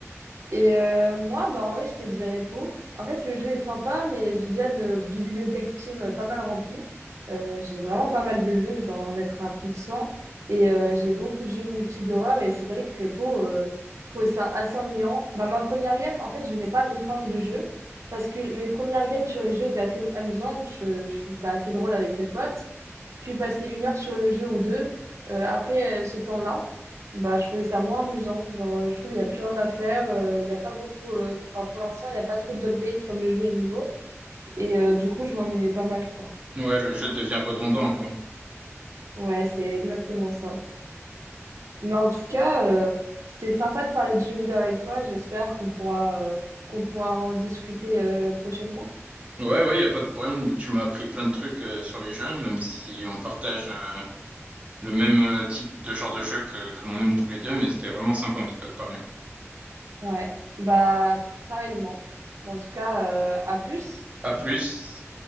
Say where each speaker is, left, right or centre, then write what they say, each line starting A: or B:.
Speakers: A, on the right (about 80°); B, on the right (about 25°).
A: Et heu, moi, bah, en vrai, je j'étais dirépo. En fait, le jeu est sympa, mais j'ai déjà une bibliothèque Steam, heu, pas mal remplie. Heu, j'ai vraiment pas mal de jeux, je dois en être à plus de 100 et heu, j'ai beaucoup de jeux multi d'horreur et c'est vrai que repo heu, je trouvais ça assez ennuyant. Bah, ma première game, en fait, je n'ai pas refarm le jeu parce que mes premières games sur le jeu étaient assez amusantes. Je je trouve ça assez drôle avec mes potes puis passer une heure sur le jeu ou deux. Euh, après euh, ce temps-là, bah, je trouvais ça moins amusant. Genre, euh, je trouve qu'il n'y a plus rien à faire. euh, Il n'y a pas beaucoup. euh, Enfin, pour l'instant, il n'y a pas trop d'updates comme le jeu est nouveau. Et euh, du coup, je m'ennuyais pas mal, quoi.
B: Ouais, le jeu devient redondant, quoi.
A: Ouais, c'est exactement ça. Mais en tout cas, euh, c'était sympa de parler de jeux vidéo avec toi. J'espère qu'on pourra, euh, qu'on pourra en discuter euh, prochainement.
B: Ouais, ouais, y a pas de problème. Tu m'as appris plein de trucs euh, sur les jeux, même si on partage euh, le même euh, type de genre de jeu que, que l'on aime tous les deux, mais c'était vraiment sympa en tout cas de parler.
A: Ouais, bah, pareillement. Bon, en tout cas, euh, à plus.
B: À plus.